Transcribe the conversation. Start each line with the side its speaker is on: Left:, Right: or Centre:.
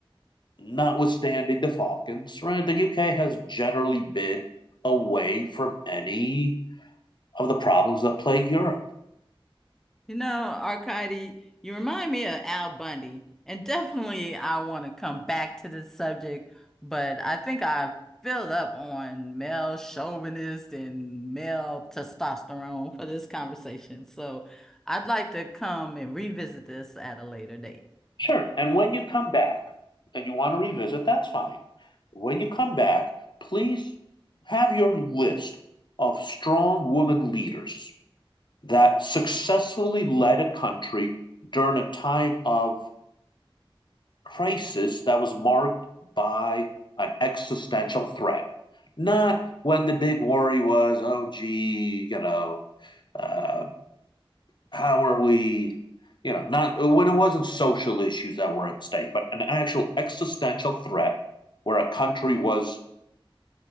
Left: notwithstanding the Falcons, right? The UK has generally been away from any of the problems that plague Europe.
Centre: You know, Arcady, you remind me of Al Bundy. And definitely, I want to come back to this subject, but I think I've filled up on male chauvinist and male testosterone for this conversation. So I'd like to come and revisit this at a later date.
Left: Sure. And when you come back and you want to revisit, that's fine. When you come back, please have your list of strong women leaders that successfully led a country during a time of crisis that was marked by an existential threat. Not when the big worry was, oh, gee, you know, uh, how are we, you know, not when it wasn't social issues that were at stake, but an actual existential threat where a country was